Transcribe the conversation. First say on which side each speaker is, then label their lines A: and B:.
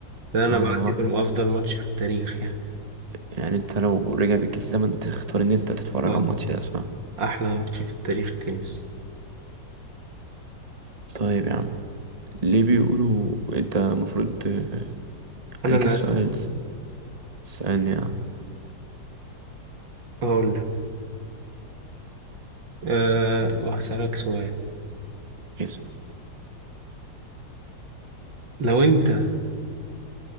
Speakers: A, on the right; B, on the right.
A: ده
B: اه
A: أنا بعتبره أفضل ماتش في التاريخ يعني
B: يعني انت لو رجع بيك الزمن تختار ان انت تتفرج
A: آه،
B: على الماتش ده صح
A: أحلى ماتش في التاريخ التنس
B: طيب يا عم ليه بيقولوا انت المفروض آه،
A: أنا
B: عليك
A: اللي
B: السؤال
A: هسأل
B: سألني يا عم
A: هقول لك أه وهسألك سؤال
B: اسأل
A: لو أنت